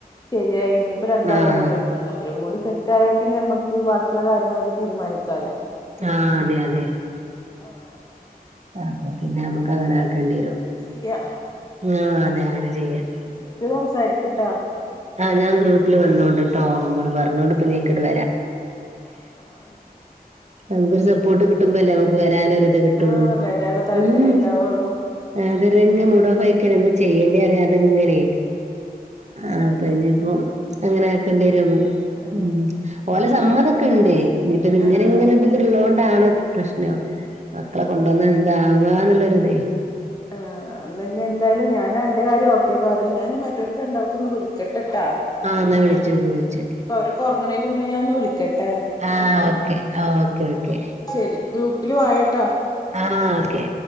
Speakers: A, on the left; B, on the right.
A: ശരിയായി ഇനിയിപ്പോ രണ്ടാളും
B: ആഹ്
A: കൂടിയള്ളൂ. അവരും കൂടി സെറ്റ ആയൽ പിന്നെ നമ്മക്ക് ബാക്കിയുള്ള കാര്യങ്ങളൊക്കെ തീരുമാനിക്കാല്ലോ?
B: ആഹ് അതെ അതെ.
A: ആഹ്
B: അപ്പൊ പിന്നെ നമക്ക്
A: ആഹ്
B: അങ്ങനെ
A: അപ്പ
B: ആക്കേണ്ടി വരും
A: അങ്ങനെ ചെയ്യാ
B: ആ അതെ അങ്ങനെ ചെയ്യം.
A: ഇ <unintelligible> ഗൂപ്പിൽ സാരിക്ക്ട്ടാ
B: ആഹ് ഞാൻ ഗ്രൂപ്പിൽ വന്നോണ്ട് ട്ടോ നിങ്ങൾ പറഞ്ഞോണ്ട്
A: ആഹ്
B: ഇപ്പ
A: ആഹ്
B: നീക്കിടെ വരാ.
A: ആഹ് ആഹ്
B: നമുക്കൊരു സപ്പോർട്ട് കിട്ടുമ്പോല്ലേ നമുക്ക് വരാനൊരു ര്ത് കിട്ടുള്ളൂ
A: ആഹ് വരാള്ള താല്പര്യം
B: ഉം.
A: ഇണ്ടാവൊള്ളൂ
B: ആതെരങ്ങെ മുടോഫയക്കഴിമ്പോ ചെയ്യേണ്ടേ അറിയാതിങ്ങനേ ആഹ് അപ്പ ഇനിയിപ്പൊ അങ്ങനെ ആക്കേണ്ടി വരുമ്മം.
A: ആഹ്
B: ഉം ഓലെ സമ്മതൊക്കെ
A: ആഹ് ഞൻ
B: ഉണ്ടേ ഇനിപ്പ ഇത് ഇങ്ങനെ
A: ആഹ്
B: ഇങ്ങനെ ഇതി ള്ളൊതോണ്ടാണ് പ്രശ്നോ മക്കളെ
A: ആഹ്
B: കൊണ്ടുവന്ന എന്താവുകന്നുള്ളൊരിതേ?
A: ആ എന്ന എന്തായാലും ഞാൻ എന്റെ കാര്യം ക്കെ ക്കെപറ ഞാൻ ഇനി മറ്റവർക്ക് രണ്ടാൾക്കൊന്ന് വിളിക്കട്ടെട്ടാ
B: ആഹ് എന്നാ വിളിച്ചോക്ക്
A: ഏഹ്
B: വിളിച്ചോക്ക്
A: ഇനിയിപ്പോ അവ കൊറങ്ങണേന്റെ മുന്നേ ഞാനൊന്ന് വിക്കട്ടെ
B: ആഹ് ഓക്കെ ആ ഓക്കേ ഓക്കെ.
A: ഇന്നാ ശരി ഗ്രൂപ്പില് വയേട്ടാ
B: ആഹ് ഓക്കെ.